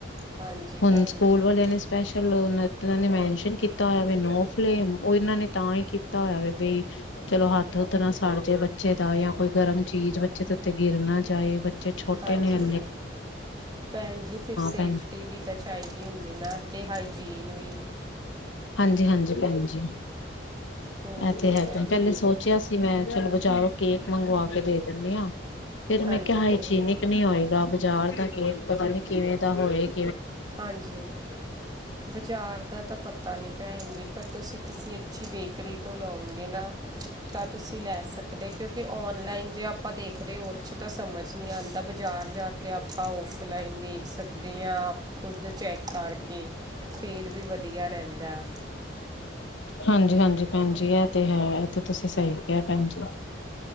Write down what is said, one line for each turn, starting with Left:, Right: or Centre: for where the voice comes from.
Right: ਹਾਂਜੀ
Left: ਹੁਣ,
Right: ਭੈਣ
Left: ਸਕੂਲ
Right: ਜੀ
Left: ਵਾਲਿਆਂ
Right: ਫਿਰ
Left: ਨੇ ਸਪੈਸ਼ਲ ਹੁਣ ਓ ਏਹਨਾਂ ਨੇ ਮੈਨਸ਼ਨ ਕੀਤਾ ਹੋਇਆ ਵੇ, ਨੋ ਫਲੇਮ ਓ ਏਹਨਾਂ ਨੇ ਤਾਂ ਹੀ ਕੀਤਾ ਹੋਇਆ, ਬਈ - ਚਲੋ, ਹੱਥ-ਹੁਥ ਨਾ ਸੜ ਜੇ ਬੱਚੇ ਦਾ, ਜਾਂ ਕੋਈ ਗਰਮ ਚੀਜ਼ ਬੱਚੇ ਦੇ ਉੱਤੇ ਗਿਰ ਨਾ ਜਾਏ, ਬਚ - ਚੇ ਛੋਟੇ
Right: ਹਾਂਜੀ
Left: ਨੇ ਏ ਅ
Right: ਭੈਣ ਜੀ, ਫੇਰ ਸੇਫਟੀ
Left: ਭੈਣ
Right: ਵੀ ਤਾਂ ਚਾਹੀਦੀ ਹੁੰਦੀ ਨਾ, ਤੇ ਹਾਈਜੀਨ ਵੀ
Left: ਹਾਂਜੀ-ਹਾਂਜੀ ਭੈਣ ਜੀ,
Right: ਹੋਰ
Left: ਏ ਤੇ
Right: ਕੀ
Left: ਹੈਗਾ,
Right: ਭੈਣ
Left: ਪਹਿਲੇ
Right: ਜੀ
Left: ਸੋਚਿਆ ਕਿ, ਮੈਂ ਚਲੋ ਬਾਜ਼ਾਰੋਂ ਕੇਕ ਮੰਗਵਾ ਕੇ ਦੇ ਦਿੰਦੀ ਆਂ। ਫਿਰ, ਮੈਂ
Right: ਹਾਂਜੀ
Left: ਕਿਹਾ ਹਾਈਜੀਨਿਕ
Right: ਭੈਣ ਜੀ
Left: ਨੀ ਹੋਏਗਾ। ਬਜ਼ਾਰ ਦਾ ਕੇਕ ਪਤਾ ਨੀ ਕਿਵੇਂ ਦਾ ਹੋਏਗਾ।
Right: ਹਾਂਜੀ, ਬਾਜ਼ਾਰ ਦਾ। ਤਾਂ ਪਤਾ ਨੀ ਭੈਣ ਜੀ, ਪਰ ਤੁਸੀਂ ਕਿਸੇ ਅੱਛੀ ਬੇਕਰੀ ਤੋਂ ਲਾਉਗੇ ਨਾ। ਤਾਂ, ਤੁਸੀਂ ਲੈ ਸਕਦੇ, ਕਿਉਂਕੇ 'ਤੇ ਔਨਲਾਈਨ ਜੇ ਆਪਾਂ ਦੇਖਦੇ, ਉਰ ਚ ਤਾਂ ਸਮਝ ਨੀ ਆਂਦਾ, ਬਾਜ਼ਾਰ ਜਾ ਕੇ ਆਪਾਂ ਓ ਔਫਲਾਈਨ ਦੇਖ ਸਕਦੇ ਆਂ, ਆਪ ਖੁਦ ਚੈੱਕ ਕਰਕੇ, ਫੇਰ ਵੀ ਵਧੀਆ ਰੈਂਦਾ।
Left: ਹਾਂਜੀ-ਹਾਂਜੀ ਭੈਣ ਜੀ, ਏਹ'ਤੇ ਹੈ, ਏਹ ਤੇ ਤੁਸੀਂ ਸਹੀ ਕਿਹਾ ਭੈਣ ਜੀ।